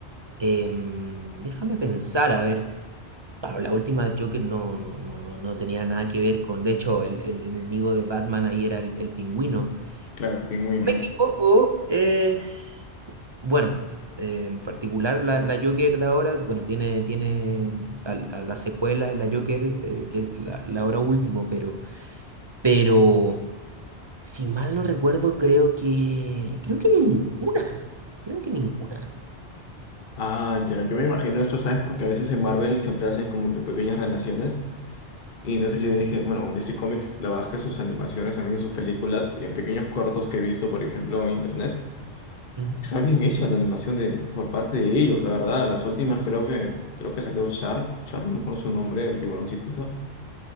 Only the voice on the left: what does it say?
Claro, el pingüino.
Ah, ya, yo me imagino esto, ¿sabes? Porque a veces en Marvel siempre hacen como que pequeñas relaciones. Y entonces yo dije, bueno, DC Comics, la verdad es que sus animaciones, también sus películas, en pequeños cortos que he visto, por ejemplo, en internet,
está bien hecha la animación de, por parte de ellos, la verdad. Las últimas creo que, creo que salió Char, Char, no me acuerdo su nombre, el tiburón chistoso.